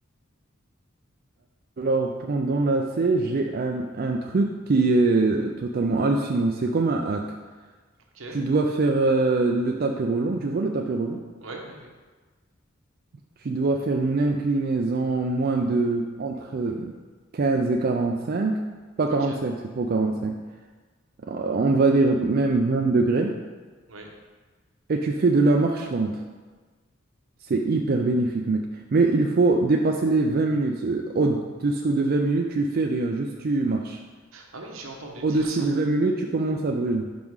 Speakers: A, on the right; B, on the right.
A: Alors, pendant la C, j'ai un, un truc qui est totalement hallucinant. C'est comme un hack.
B: Ok.
A: Tu dois faire euh, le tapis roulant, tu vois le tapis roulant?
B: Oui, oui, oui.
A: Tu dois faire une inclinaison moins de entre 15 et 45, pas
B: Ok.
A: 45, c'est trop 45. Euh, On va dire même 20 degrés
B: Oui.
A: et tu fais de la marche lente. C'est hyper bénéfique, mec. Mais il faut dépasser les 20 minutes. Euh, Au-dessous de 20 minutes, tu fais rien, juste tu marches.
B: Ah oui, j'ai entendu
A: Au-dessus
B: dire ça.
A: de 20 minutes, tu commences à brûler.